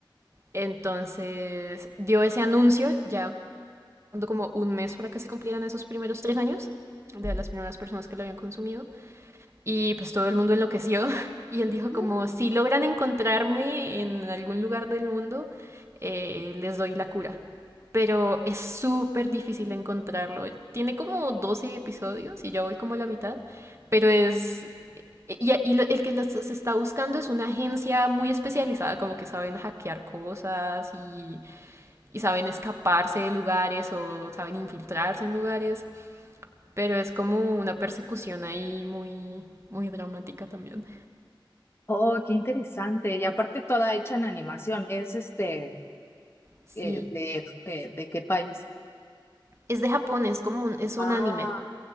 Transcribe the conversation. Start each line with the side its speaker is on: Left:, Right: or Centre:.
Right: Entonces dio ese anuncio ya como un mes para que se cumplieran esos primeros tres años de las primeras personas que lo habían consumido. Y pues todo el mundo enloqueció. <laughs> Y él dijo
Left: mm,
Right: como, si logran encontrarme en algún lugar del mundo, eh, les doy la cura. Pero es súper difícil encontrarlo. Tiene como 12 episodios y ya voy como a la mitad. Pero es... eh, Y, y lo- el que los está buscando es una agencia muy especializada, como que saben hackear cosas y, y saben escaparse de lugares o saben infiltrarse en lugares. Pero es como una persecución ahí muy, muy dramática también.
Left: oh, qué interesante. Y aparte toda hecha en animación, es este,
Right: Sí,
Left: eh, de, eh, ¿de qué país?
Right: es de Japón, es como un, es
Left: Ah,
Right: un anime.